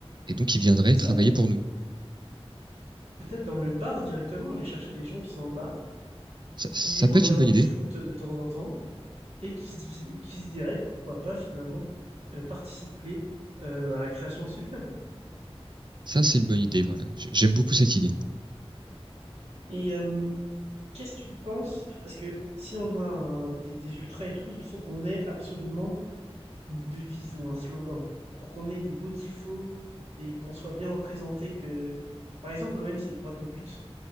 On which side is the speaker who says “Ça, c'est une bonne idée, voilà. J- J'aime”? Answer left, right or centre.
Right